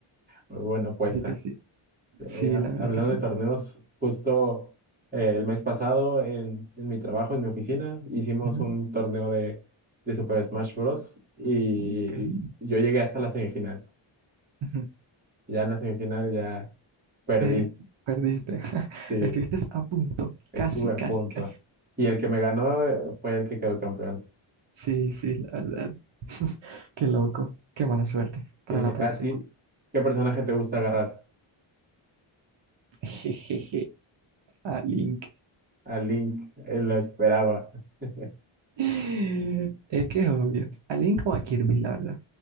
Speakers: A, on the right (about 20°); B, on the right (about 60°).
A: Bueno, pues
B: Así que
A: ah,
B: sí, sí,
A: eh, ha-
B: la verdad
A: hablando
B: es que sí.
A: de torneos, justo eh, el mes pasado en, en mi trabajo, en mi oficina, hicimos
B: Ujú.
A: un torneo de, de Super Smash Bros. y
B: Uh, qué bien.
A: yo llegué hasta la semifinal.
B: Ujú.
A: Ya en la semifinal ya perdí,
B: Sí, perdiste. <laughs>
A: sí,
B: Estuviste a punto.
A: estuve
B: Casi,
A: a
B: casi,
A: punto.
B: casi.
A: Y el que me ganó eh, fue el que quedó campeón.
B: Sí, sí, la verdad. <laughs> Qué loco. Qué mala suerte. Para
A: Sí,
B: la próxima.
A: a ti, ¿qué personaje te gusta agarrar?
B: <laughs> Jejeje. A Link.
A: A Link, él lo esperaba. <laughs>
B: <laughs> Es que es obvio. A Link o a Kirby, la verdad.